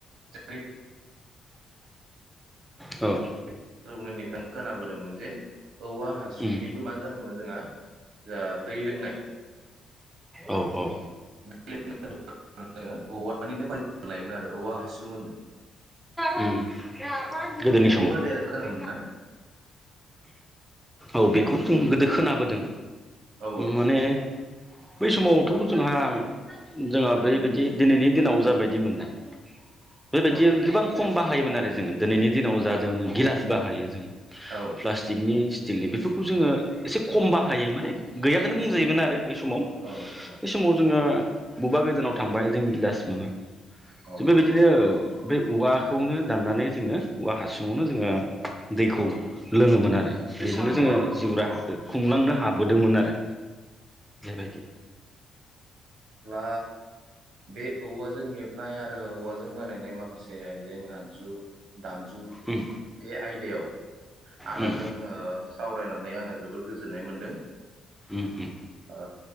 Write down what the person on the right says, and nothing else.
जोंनि
<unintelligible> मोननिफ्रायनो खोनाबोदोंमोन। जे औवा हासुनिबो
मा जोन जोंहा जा दै लोंनाय
<unintelligible> मानिनो बा लायोमोन आरो औवा हासुं
बेखौ
आदाया खोनादोंमोन ना
औ
औ
औ आदा
औ
औ
औ
औ औ
औ नंगौ दा
औ
औ
औ
अब्ला बे औवाजों हेबनाय आरो औवाजों बानायनाय माखासे आइजें आगजु दामजु
बे आयदायाव आदाजों
ओ सावरायनानै आङो जोबोद गोजोननाय मोन्दों।
ओ